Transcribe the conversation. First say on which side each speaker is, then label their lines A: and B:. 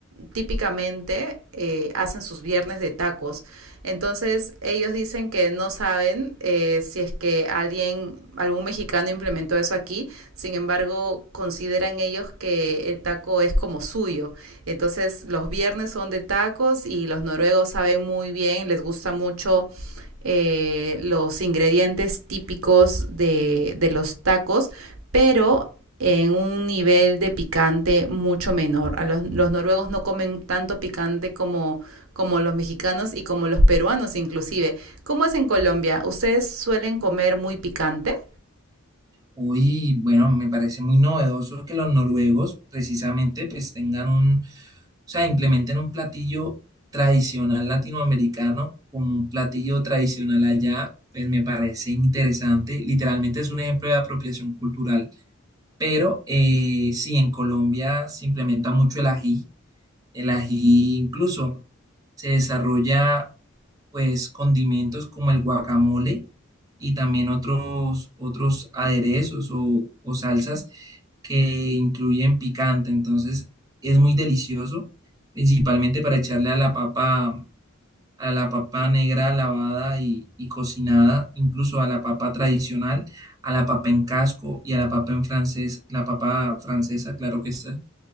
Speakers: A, on the right (about 75°); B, on the right (about 15°).
A: típicamente eh, hacen sus viernes de tacos. Entonces ellos dicen que no saben eh, si es que alguien, algún mexicano implementó eso aquí, sin embargo consideran ellos que el taco es como suyo. Entonces los viernes son de tacos y los noruegos saben muy bien, les gusta mucho eh, los ingredientes típicos de, de los tacos, pero en un nivel de picante mucho menor. A los, los noruegos no comen tanto picante como, como los mexicanos y como los peruanos inclusive. ¿Cómo es en Colombia? ¿Ustedes suelen comer muy picante?
B: Uy, bueno, me parece muy novedoso que los noruegos precisamente pues tengan un, o sea, implementen un platillo tradicional latinoamericano como un platillo tradicional allá, pues me parece interesante. Literalmente es un ejemplo de apropiación cultural. Pero eh, sí, en Colombia se implementa mucho el ají. El ají incluso se desarrolla pues condimentos como el guacamole y también otros, otros aderezos o, o salsas que incluyen picante. Entonces es muy delicioso, principalmente para echarle a la papa, a la papa negra lavada y, y cocinada, incluso a la papa tradicional, a la papa en casco y a la papa en francés, la papa francesa, claro que está.